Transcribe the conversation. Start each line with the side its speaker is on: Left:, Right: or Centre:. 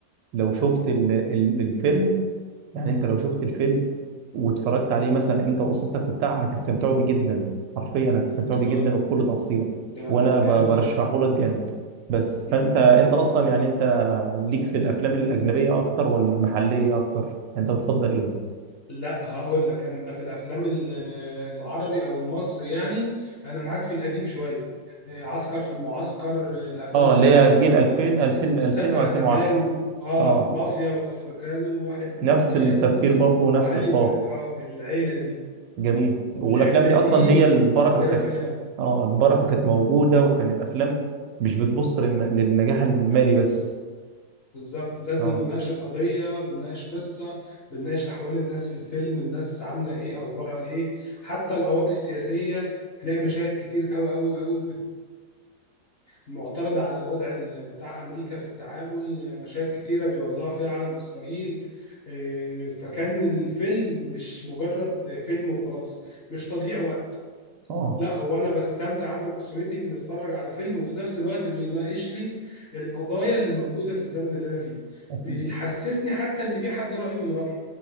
Right: لو شفت ال... ال... الفيلم يعني انت لو شفت الفيلم واتفرجت عليه مثلا انت واسرتك وبتاع هتستمتعوا بيه جدا حرفيا هتستمتعوا بيه
Left: اه
Right: جدا وبكل تفصيلة
Left: ده
Right: وانا ب...
Left: حلو
Right: برشحه
Left: قوي ده
Right: لك جامد بس
Left: مم.
Right: فانت انت
Left: حلو
Right: اصلا
Left: قوي قوي
Right: يعني انت ليك في الافلام الاجنبية اكتر ولا المحلية اكتر انت بتفضل ايه
Left: لا هقول لك انا في الافلام ال- العربي او المصري يعني انا معاك في القديم شويه آه، عسكر في المعسكر آه، الافلام
Right: اه
Left: بتاعت
Right: اللي هي
Left: آه،
Right: جيل 2000 2000 2000
Left: السقا زمان
Right: و2010
Left: اه
Right: اه
Left: مافيا وافريكانو وواحد من
Right: نفس
Left: الناس
Right: التفكير برضه
Left: وابو
Right: ونفس
Left: علي
Right: الطاقة
Left: والعيله دي
Right: جميل والافلام
Left: الحتة
Right: دي
Left: دي
Right: اصلا هي البركة
Left: مؤثرة
Right: كانت
Left: فيا
Right: اه البركة كانت موجودة وكانت افلام مش بتبص للن- للنجاح المالي بس
Left: بالظبط لازم
Right: اه
Left: مناقشة قضية بنناقش قصة بنناقش أحوال الناس في الفيلم الناس عاملة إيه أخبارها إيه حتى القواضي السياسية تلاقي مشاهد كتير أوي أوي أوي بت... معترضة على الوضع ال- بتاع أمريكا في التعامل مشاهد كتيرة بيولعوا فيها علم إسرائيل إيه، فكان الفيلم مش مجرد فيلم وخلاص مش تضييع وقت
Right: اه
Left: لا هو انا بستمتع انا واسرتي بنتفرج على فيلم وفي نفس الوقت بيناقش لي القضايا اللي موجوده في الزمن اللي انا فيه
Right: أكيد
Left: بيحسسني حتى ان في حد رايه من رايي